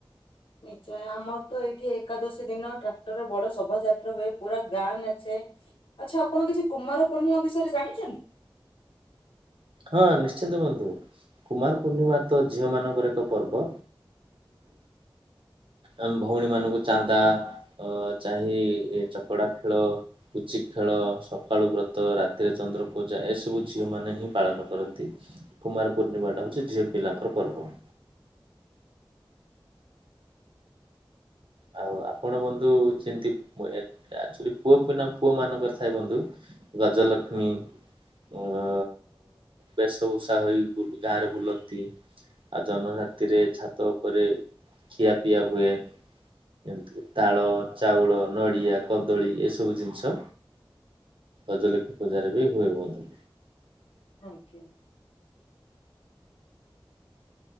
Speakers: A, on the left (about 75°); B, on the right (about 70°).
A: ନିଶ୍ଚୟ ଆମର ତ ଏଇଠି ଏକାଦଶୀ ଦିନ ଟ୍ରାକ୍ଟରରେ ବଡ ଶୋଭାଯାତ୍ରା ହୁଏ ପୁରା ଗାଁ ନାଚେ। <unintelligible> ଆଚ୍ଛା ଆପଣ କିଛି କୁମାର ପୂର୍ଣ୍ଣିମା ବିଷୟରେ ଜାଣିଛନ୍ତି।
B: ହଁ ନିଶ୍ଚିନ୍ତ ବନ୍ଧୁ କୁମାର ପୂର୍ଣ୍ଣିମା ତ ଝିଅମାନଙ୍କର ଏକ ପର୍ବ। ଆ ଭଉଣୀ ମାନଙ୍କୁ ଚାନ୍ଦା ଅ ଚାହିଁ ଚକଡା ଖେଳ, ପୁଚି ଚି ଖେଳ ସକାଳୁ ବ୍ରତ ରାତିରେ ଚନ୍ଦ୍ରପୂଜା ଏସବୁ ଝିଅମାନେ ହିଁ ପାଳନ କରନ୍ତି କୁମାର ପୂର୍ଣ୍ଣିମା ଟା ହଉଛି ଝିଅ ପିଲାଙ୍କ ପର୍ବ। ଆଉ ଆପଣ ବନ୍ଧୁ ଯେମିତି ପ ଏ ଆଶ୍ଚୁଲି ପୁଅ ପିନାଙ୍କ ପୁଅମାନଙ୍କର ଥାଏ ବନ୍ଧୁ ଗଜଲକ୍ଷ୍ମୀ। ଅ ବେଶଭୂଷା ହୋଇ ବୁ‌ ଗାଁରେ ବୁଲନ୍ତି। ଆଉ ଜହ୍ନ ରାତିରେ ଛାତ ଉପରେ ଖିଆପିଆ ହୁଏ। ଏମିତି ତାଳ, ଚାଉଳ, ନଡିଆ, କଦଳୀ ଏସବୁ ଜିନିଷ ଅଜଲିଖ ପୂଜାରେ ବି ହୁଏ ବନ୍ଧୁ।
A: ଆଜ୍ଞା।